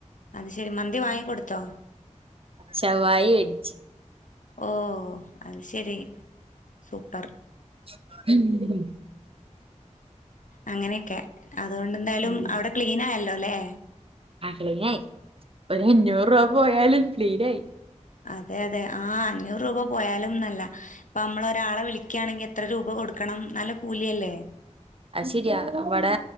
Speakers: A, on the left (about 85°); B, on the right (about 45°).
A: അത് ശരി മന്തി വാങ്ങി കൊട്ത്തോ
B: ശവായി വെച്ച്
A: ഓഹ് അത് ശരി സൂപ്പർ
B: ഉം
A: അങ്ങനെയൊക്കെ അതുകൊണ്ട് എന്തായാലും
B: ഉം
A: അവിടെ ക്ലീനായല്ലലേ
B: ആഹ് ക്ലീനായി ഒര് അഞ്ഞൂറ് രൂപ പോയാലും ക്ലീനായി
A: അതെ അതെ ആഹ് അഞ്ഞൂറ് രൂപ പോയാലുംന്നല്ല ഇപ്പ നമ്മളെ ഒരാളെ വിളിക്കാണെങ്കി എത്ര രൂപ കൊട്ക്കണം നല്ല കൂലിയല്ലെ
B: അത് ശരിയാ ഇവടേ